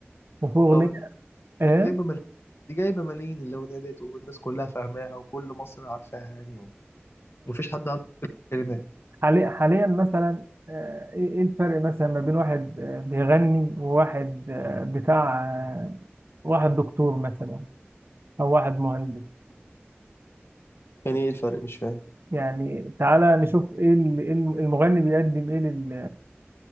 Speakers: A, on the right; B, on the left.
A: وفي أغنية
B: طب البخت
A: إيه
B: دي جايبة ملايين دي جايبة ملايين اللي ونادت والناس كلها فاهماها وكل مصر عارفاها يعني ومفيش حد عنده كلمات
A: حالي- حاليا مثلا آه، ايه إيه الفرق مثلا ما بين واحد آه، بيغني وواحد آه، بتاع آه، واحد دكتور مثلا او واحد مهندس
B: يعني ايه الفرق مش فاهم
A: يعني تعالى نشوف ايه ال- إيه الم- المغني بيقدم ايه لل-